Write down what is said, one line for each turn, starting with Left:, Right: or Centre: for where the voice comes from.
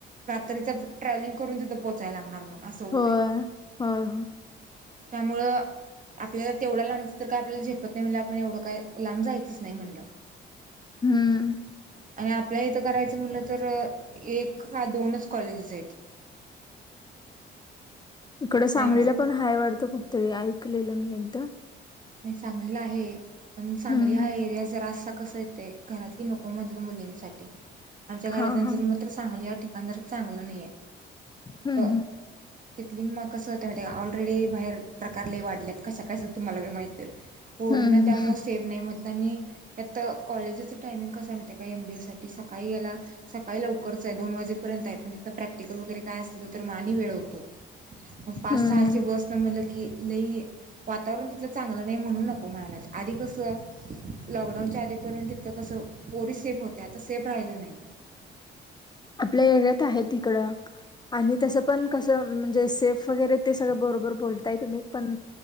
Right: रात्रीच ट्रॅव्हलिंग करून तिथं पोचायला लागणार मग. असं होतय.
Left: होय होय होय
Right: त्यामुळं आपल्याला तेवढ्या लांबचा तर काय आपल्याला झेपत नाही म्हणल्यावर आपण एवढं काय लांब जायचंच नाही म्हणल.
Left: हम्म
Right: आणि आपल्या इथं करायचं म्हटलं तर एक ह दोन कॉलेजेस आहेत.
Left: इकड सांगलीला
Right: त्यामुळं
Left: पण हाय वाढत कुठतरी ऐकलेलं मी एकदा.
Right: नाही सांगलीला आहे पण सांगली
Left: हम्म
Right: हा एरिया जरा अस स येते घरातली नको म्हणत्यात मुलींनसाठी आमच्या घरातल्यांचे
Left: हा हा
Right: मत तर सांगली ह्या ठिकाणी अंदर चांगलं नाही आहे
Left: हम्म हम्म
Right: तिथ तिथली कसं होत माहिते, ऑलरेडी बाहेर प्रकारले वाढल्यात कशा कशाच तुम्हालाी माहिती आहे. हो पोरींना
Left: हम्म
Right: त्यामुळे सेफ नाही म्ह त्यांनी त्यात कॉलेजीचं टायमिंग कस आहे माहिती आहे का? एम बी एस साठी सकाळी गेला सकाळी लवकरच दोन वाजेपर्यंत आहे पण तिथ प्रॅक्टिकल वगैरे काय असलं तर मा आणि वेळ होतो. पाच
Left: हम्म
Right: सहाची
Left: हम्म
Right: बस न म्हलं की लई वातावरण तिथलं चांगलं नाही म्हणून नको म्हणा लागल्यात. आधी कस लॉकडाऊनच्या आधीपर्यंत तिथ कसं पोरी सेफ होत्या. आता सेफ राहिलं नाहीये.
Left: आपल्या एरियात आहे तिकडं. आणि तसं पण कसं म्हणजे सेफ वगैरे ते सगळं बरोबर बोलताय तुम्ही पण